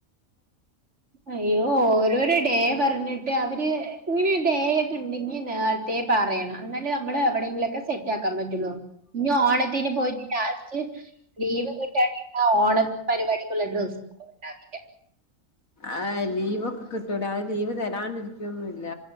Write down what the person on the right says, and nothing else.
അയ്യോ ഓരോരോ ഡേ പറഞ്ഞിട്ട് അവര് ഇങ്ങനെ ഡേ ഉണ്ടെങ്കിൽ നേരത്തെേ പറയണം എന്നലേ നമ്മൾ എവിടെങ്കിലുക്കെ സെറ്റാക്കാൻ പറ്റുള്ളൂ ഇഞ്ഞ് ഓണത്തിന് പോയിട്ട് ലാസ്റ്റ് ലീവ് കിട്ടാണ്ടിരുന്ന ഓണ പരിപാടിക്കുള്ള ഡ്രസ്സ് ഉണ്ടാവില്ല